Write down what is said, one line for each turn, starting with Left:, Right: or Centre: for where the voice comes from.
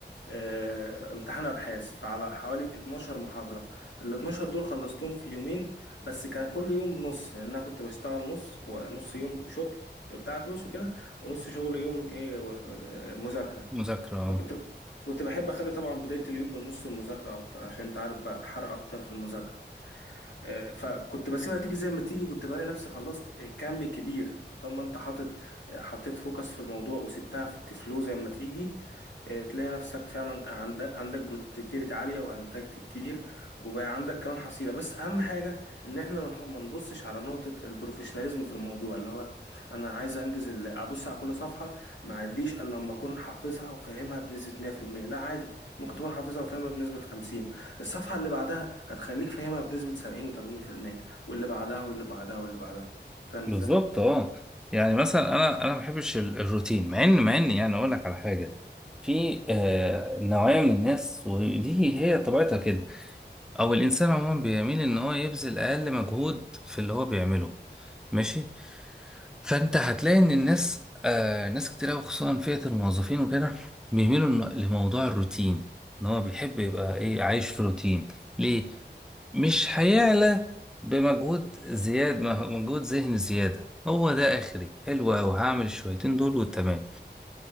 Left: آه، امتحان أبحاث فعلى حوالي 12 محاضرة ال 12 دول خلصتهم في يومين بس كان كل يوم نص يعني أنا كنت بشتغل نص ونص يوم شغل بتاع فلوس وكده ونص شغل يوم إيه و- و- مذاكرة
Centre: مذاكرة آه.
Left: فكنت كنت بحب أخلي طبعا بداية اليوم بنص المذاكرة أكتر عشان أنت عارف بقى الحرق أكتر في المذاكرة آه، فكنت بسيبها تيجي زي ما تيجي كنت بلاقي نفسي خلصت آه، كم كبير طالما انت حاطط آه، حطيت فوكس في الموضوع وسبتها في فلو زي ما تيجي آه، تلاقي نفسك فعلا عندك عندك برودكتيفيتي عالية وانتجت كتير وبقى عندك كمان حصيلة بس اهم حاجة ان احنا ما نح- ما نبصش على نقطة البروفيشناليزم في الموضوع اللي هو انا عايز انجز ال- ابص على كل صفحة ما اعديش الا لما اكون حافظها وفاهمها بنسبة 100% لا عادي ممكن تكون حافظها وفاهمها بنسبة 50 الصفحة اللي بعدها هتخليك فاهمها بنسبة سبعين وثمانين في المية واللي بعدها واللي بعدها واللي بعدها فاهم ازاي؟
Centre: بالظبط اه يعني مثلا انا انا ما بحبش ال- الروتين مع ان مع ان يعني اقول لك على حاجه في آه نوعيه من الناس ودي هي طبيعتها كده او الانسان عموما بيميل ان هو يبذل اقل مجهود في اللي هو بيعمله ماشي فانت هتلاقي ان الناس آه ناس كتير قوي خصوصا فئه الموظفين وكده بيميلوا إن- لموضوع الروتين ان هو بيحب يبقى ايه عايش في روتين ليه مش هيعلى بمجهود زياد ما هو مجهود ذهني زيادة هو ده آخري حلو أوي هعمل الشويتين دول وتمام